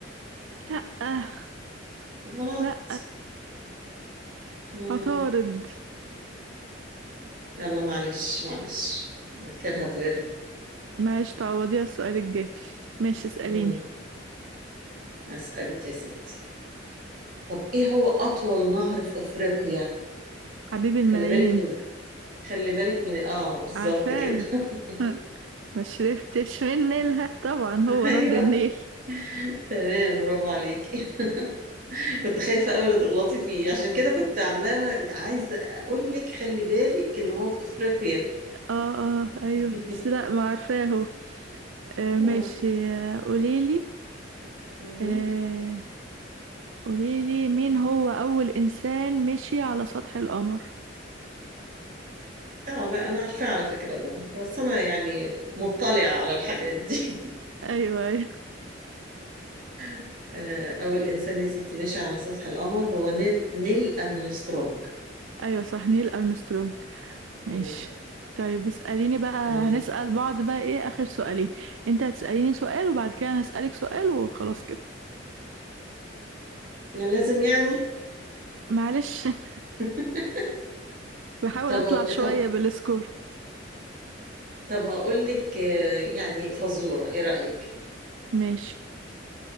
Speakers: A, on the right; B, on the right.
A: لأ
B: غلط
A: لأ
B: مم.
A: عطارد
B: يلا معلش معلش نذكرها في غيرها
A: معلش تعوضيها السؤال الجاي ماشي اسأليني
B: مم. هسألك يا ستي طب إيه هو أطول نهر في أفريقيا؟
A: حبيب الملايين
B: خلي بالك من خلي بالك من آه بالظبط
A: عارفاه
B: كده <laughs>
A: <laughs> ما شربتش من نيلها طبعا هو
B: أيوه
A: نهر النيل
B: تمام برافو عليكي <laughs> كنت خايفة أوي لا تغلطي فيه عشان كده كنت عمالة عايزة أقول لك خلي بالك إن هو في أفريقيا
A: اه اه ايوه
B: <laughs>
A: بس لا ما عارفاه هو آه
B: آه
A: ماشي آه، قوليلي
B: مم.
A: آه قوليلي مين هو أول إنسان مشي على سطح القمر
B: آه، لا أنا عارفة على فكرة ده بس أنا يعني مطلعة على الحاجات دي
A: ايوه ايوه
B: <laughs> آه أول إنسان يا ستي ماشي على سطح القمر هو نيل نيل أرمسترونج
A: ايوه صح نيل أرمسترونج
B: مم.
A: ماشي طيب اسأليني بقى
B: تمام
A: هنسأل بعض بقى ايه آخر سؤالين انت هتسأليني سؤال وبعد كده انا هسألك سؤال وخلاص كده
B: يعني لازم يعني
A: معلش <laughs>
B: <laughs>
A: بحاول
B: طب
A: اطلع شوية
B: طب
A: بالسكور
B: طب هقول لك آه، يعني فزورة إيه رأيك؟
A: ماشي